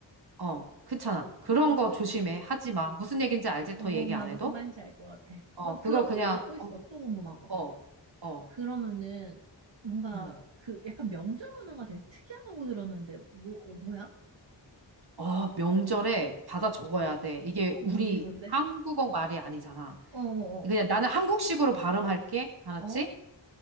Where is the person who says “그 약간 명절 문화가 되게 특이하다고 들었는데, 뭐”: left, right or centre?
Right